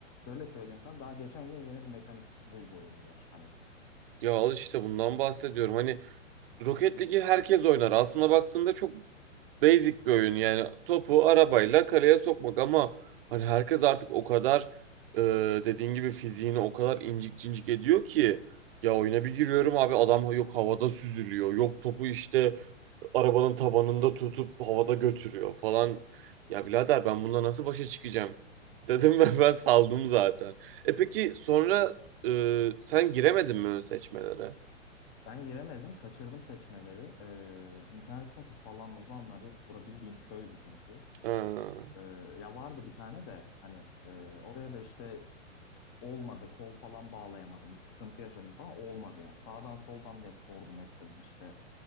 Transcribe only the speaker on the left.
Şöyle söyleyeyim sana daha geçen gün yeni bir mekanik buldu oyuncular. Hani
Ben giremedim, kaçırdım seçmeleri. Ee, internet kafe falan o zamanlar yok. Bura bildiğin köydü çünkü.
Ee, ya vardı bir tane de hani e, oraya da işte olmadı, kol falan bağlayamadım, bir sıkıntı yaşadım falan olmadı yani. Sağdan soldan da hep sordum ettim işte